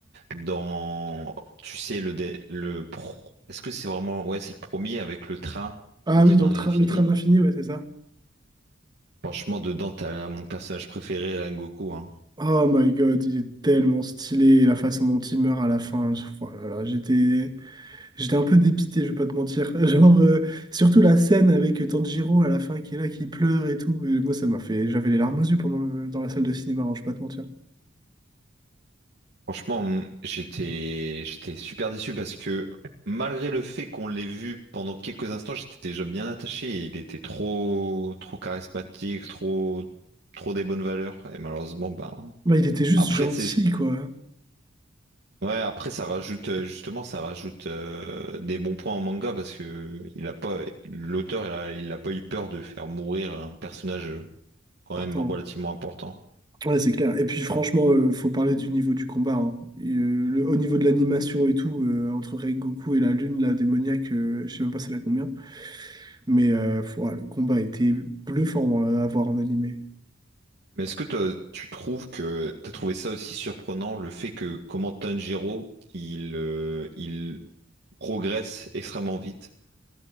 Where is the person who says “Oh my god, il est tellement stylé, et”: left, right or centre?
Right